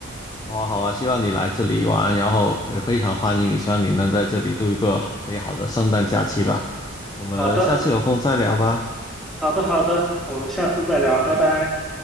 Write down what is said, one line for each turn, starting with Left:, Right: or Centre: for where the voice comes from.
Left: 好啊，好啊，希望你来这里玩，然后也非常欢迎你，希望你能在这里度一个美好的圣诞假期吧。我们下次有空再聊吧，
Centre: 好的好的好的，我们下次再聊，
Left: 拜拜。
Centre: 拜拜。